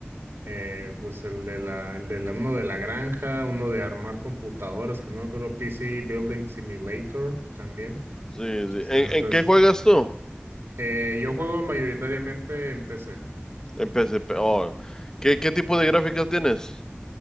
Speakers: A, on the right; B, on the left.
A: Eh, pues el de la, el de la, uno de la granja, uno de armar computadoras, que no me acuerdo, PC Building Simulator también.
B: Sí, sí.
A: Entonces,
B: ¿En,
A: entonces,
B: en qué juegas tú?
A: eh, yo juego mayoritariamente en PC.
B: En PSP. Oh. ¿Qué, qué tipo de gráficas tienes?